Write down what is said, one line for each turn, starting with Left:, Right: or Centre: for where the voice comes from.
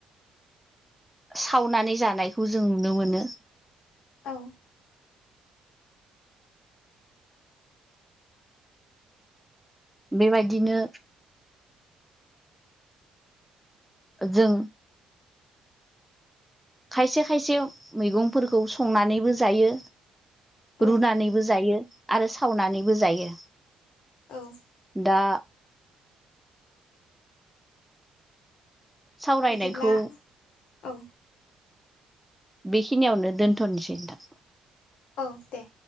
Centre: सावनानै जानायखौ जों नुनो मोनो
Left: औ
Centre: बेबायदिनो जों खायसे खायसे मैगंफोरखौ संनानैबो जायो।
Left: औ
Centre: रुनानैबो जायो आरो सावनानैबो जायो।
Left: औ
Centre: दा सावरायनायखौ
Left: बिदिब्ला औ
Centre: बेखिनियावनो दोनथ नोसै नोंथां।
Left: औ दे